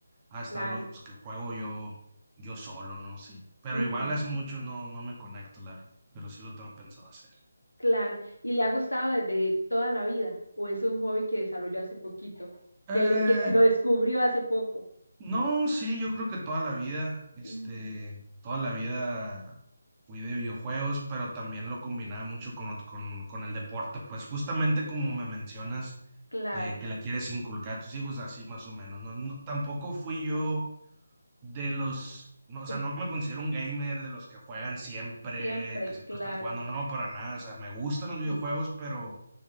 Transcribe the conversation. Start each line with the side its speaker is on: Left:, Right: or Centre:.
Right: hasta
Left: claro,
Right: los que juego yo, yo solo, ¿no? Sí. Pero
Left: ujú,
Right: igual hace mucho no, no me conecto, la verdad. Pero sí lo tengo pensado hacer.
Left: claro. ¿Y le ha gustado desde toda la vida o es un hobby que desarrolló hace poquito,
Right: Eh,
Left: que, le- que lo descubrió hace poco?
Right: No, sí, yo creo que toda la vida, este,
Left: Ujú,
Right: toda la vida fui de videojuegos, pero también lo combinaba mucho con, ot- con, con el deporte, pues justamente como me mencionas,
Left: claro,
Right: eh, que le quieres inculcar a tus hijos, así más o menos, no, no, tampoco fui yo de los, no, o
Left: eh,
Right: sea, no me considero un gamer de los que juegan siempre,
Left: siempre,
Right: que siempre
Left: claro,
Right: están jugando, no, para nada, o sea, me gustan los videojuegos,
Left: sí.
Right: pero,